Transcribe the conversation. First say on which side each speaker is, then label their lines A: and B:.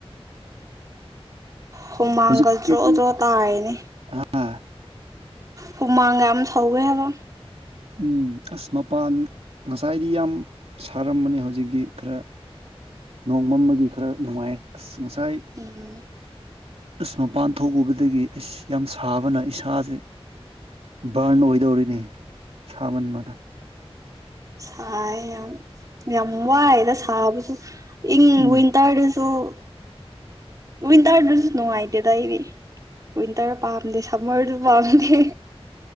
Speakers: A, on the right; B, on the right.
A: ꯍꯨꯃꯥꯡꯒꯜ
B: ꯍꯧꯖꯤꯛꯇꯤ
A: ꯗ꯭ꯔꯣ ꯗ꯭ꯔꯣ ꯇꯥꯔꯤꯅꯦ
B: ꯑꯥ
A: ꯍꯨꯃꯥꯡꯒ ꯌꯥꯝ ꯁꯧꯋꯦ ꯍꯥꯏꯕ
B: ꯎꯝ ꯑꯁ ꯃꯄꯥꯟ ꯉꯁꯥꯏꯗꯤ ꯌꯥꯝ ꯁꯥꯔꯝꯕꯅꯦ ꯍꯧꯖꯤꯛꯇꯤ ꯈꯔ ꯅꯣꯡꯃꯝꯕꯒꯤ ꯈꯔ ꯅꯨꯡꯉꯥꯏ ꯑꯁ ꯉꯁꯥꯏ
A: ꯎꯝ
B: ꯑꯁ ꯃꯄꯥꯟ ꯊꯣꯛꯎꯕꯗꯒꯤ ꯑꯩꯁ ꯌꯥꯝ ꯁꯥꯕꯅ ꯏꯁꯥꯁꯦ ꯕꯔꯟ ꯑꯣꯏꯗꯧꯔꯤꯅꯤ ꯁꯃꯟ ꯃꯅ
A: ꯁꯥꯏꯦ ꯌꯥꯝ ꯌꯥꯝ ꯋꯥꯏꯗ ꯁꯕꯁꯨ ꯏꯪ
B: ꯎꯝ
A: ꯋꯤꯟꯇꯔꯗꯁꯨ <inaudible> ꯋꯤꯟꯇꯔꯗꯨꯁꯨ ꯅꯨꯡꯉꯥꯏꯇꯦꯗ ꯑꯩꯗꯤ ꯋꯤꯟꯇꯔ ꯄꯥꯝꯗꯦ ꯁꯝꯃꯔꯁꯨ ꯄꯥꯝꯗꯦ